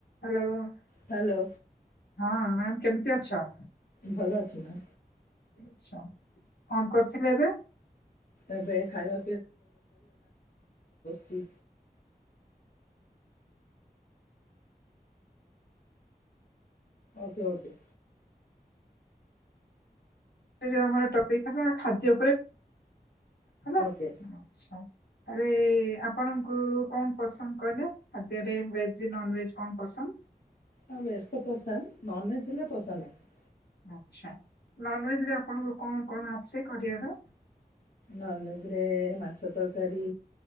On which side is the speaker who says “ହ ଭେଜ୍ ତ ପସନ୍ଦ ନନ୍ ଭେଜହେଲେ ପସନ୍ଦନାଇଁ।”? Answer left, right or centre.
Left